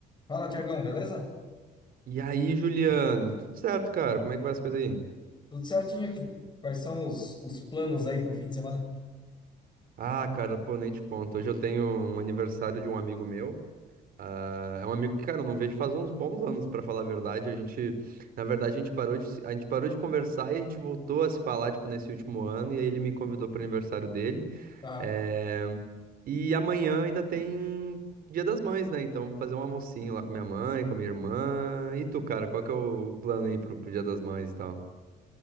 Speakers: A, on the left; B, on the right.
A: Fala, Tiagão, beleza?
B: E aí, Juliano, tudo certo, cara? Como é que vai as coisas aí?
A: Tudo certinho aqui. Quais são os, os planos aí para o fim de semana?
B: Ah, cara, pô, nem te conto. Hoje eu tenho um aniversário de um amigo meu. Ah, É um amigo que, cara, eu não vejo faz uns bons anos, pra falar a verdade. A gente, na verdade, a gente parou de, se- a gente parou de conversar e a gente voltou a se falar, tipo, nesse último ano. E aí ele me convidou pro aniversário dele.
A: Ah,
B: É, E amanhã ainda tem Dia das Mães, né? Então, vou fazer um almocinho lá com minha mãe, com minha irmã. E tu, cara, qual que é o plano aí pro, pro Dia das Mães e tal?